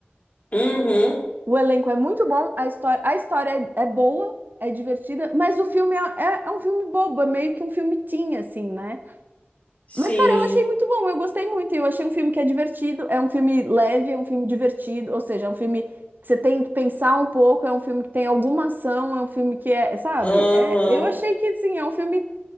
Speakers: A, on the left; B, on the right.
A: Uhum.
B: O elenco é muito bom, a história, a história é, é boa, é divertida, mas o filme é, é- é um filme bobo, é meio que um filme teen, assim, né?
A: Sim.
B: Mas, cara, eu achei muito bom, eu gostei muito. Eu achei um filme que é divertido, é um filme leve, é um filme divertido, ou seja, é um filme que você tem que pensar um pouco, é um filme que tem alguma ação, é um filme que é, sabe?
A: Aham.
B: É, eu achei que, assim, é um filme